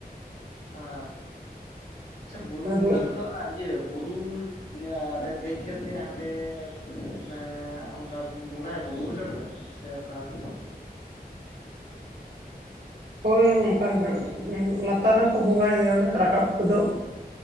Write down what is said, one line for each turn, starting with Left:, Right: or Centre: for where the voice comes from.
Left: ᱦᱸ ᱟᱪᱪᱷᱟ ᱵᱩᱨᱩ
Right: ᱟᱫᱚ
Left: ᱵᱚᱸᱜᱟ ᱨᱮᱫᱚ ᱚᱱᱟ ᱤᱭᱟᱹ ᱵᱩᱨᱩ ᱨᱮ ᱫᱮᱡ ᱠᱟᱛᱮᱫ ᱦᱟᱸᱰᱮ ᱟᱱᱮ ᱚᱱᱠᱟ ᱵᱚᱸᱜᱟᱭᱟ ᱠᱚ ᱵᱩᱨᱩ ᱪᱚᱴ ᱨᱮ ᱥᱮ ᱚᱠᱟ ᱞᱮᱠᱟ
Right: ᱦᱳᱭ ᱚᱱᱠᱟᱜ ᱞᱟᱛᱟ ᱞᱟᱛᱟᱨ ᱨᱮᱠᱚ ᱵᱚᱸᱜᱟᱭ ᱜᱮᱭᱟ ᱚᱱᱮ ᱨᱟᱠᱟᱵ ᱜᱚᱫᱚᱜ